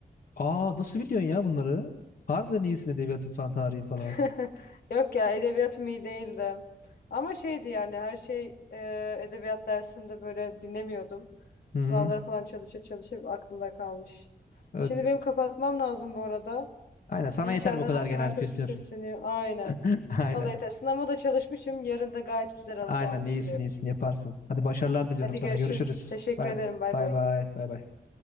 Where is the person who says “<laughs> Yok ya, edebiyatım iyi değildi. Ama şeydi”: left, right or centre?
Left